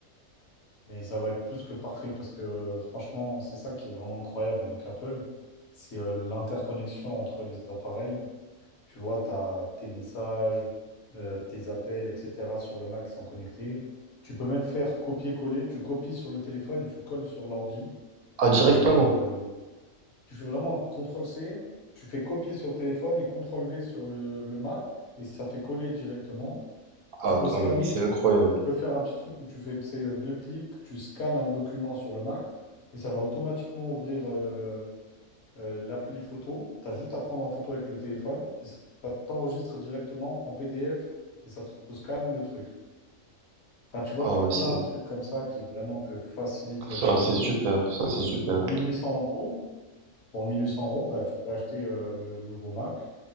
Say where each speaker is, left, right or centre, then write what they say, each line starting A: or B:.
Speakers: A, on the left; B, on the right.
A: Mais ça va être plus que parfait parce que franchement, c'est ça qui est vraiment incroyable avec Apple, c'est euh, l'interconnexion entre les appareils. Tu vois, tu as tes messages, euh, tes appels, etc. sur le Mac qui sont connectés. Tu peux même faire copier-coller, tu copies sur le téléphone et tu colles sur l'ordi.
B: Ah, directement.
A: Euh, tu fais vraiment CTRL-C, tu fais copier sur le téléphone et CTRL-V sur le, le Mac et ça fait coller directement.
B: Ah,
A: Tu peux
B: quand
A: scanner
B: même, c'est incroyable.
A: peux faire un petit truc où tu fais tu sais, euh, deux clics, tu scannes un document sur le Mac et ça va automatiquement ouvrir euh, euh, l'appli photo. Tu as juste à prendre en photo avec le téléphone et ça, ça t'enregistre directement en PDF et ça te, te scanne le truc. Enfin, tu vois,
B: Ah
A: tu
B: ouais,
A: as plein
B: c'est
A: de trucs comme ça qui vraiment te facilitent la
B: ça,
A: vie de
B: c'est
A: fou.
B: super, ça, c'est super.
A: Et pour 1800 euros, pour 1800 euros, bah, tu peux acheter euh, le nouveau Mac,